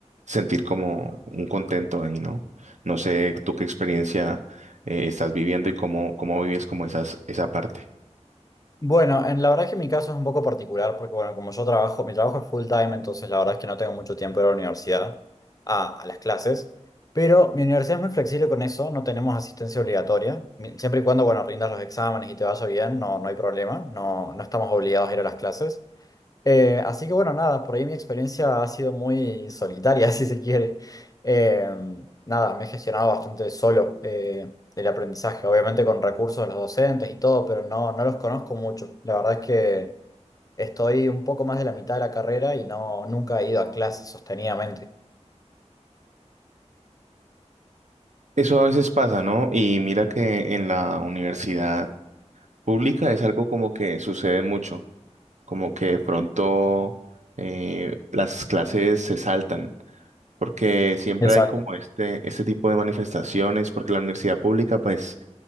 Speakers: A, on the right (about 75°); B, on the left (about 30°).
A: sentir como un contento ahí, ¿no? No sé tú qué experiencia eh, estás viviendo y cómo, cómo vives como esas, esa parte.
B: Bueno, en, la verdad es que mi caso es un poco particular porque, bueno, como yo trabajo, mi trabajo es full time, entonces la verdad es que no tengo mucho tiempo de ir a la universidad, a, a las clases, pero mi universidad es muy flexible con eso, no tenemos asistencia obligatoria, Mi- siempre y cuando, bueno, rindas los exámenes y te vaya bien, no, no hay problema, no, no estamos obligados a ir a las clases. Eh, así que bueno, nada, por ahí mi experiencia ha sido muy solitaria, <laughs> si se quiere. Eh, nada, me he gestionado bastante solo eh, el aprendizaje, obviamente con recursos de los docentes y todo, pero no, no los conozco mucho. La verdad es que estoy un poco más de la mitad de la carrera y no, nunca he ido a clases sostenidamente.
A: Eso a veces pasa, ¿no? Y mira que en la universidad pública es algo como que sucede mucho. como que de pronto eh, las clases se saltan, porque siempre
B: Exacto.
A: hay como este, este tipo de manifestaciones, porque la universidad pública, pues,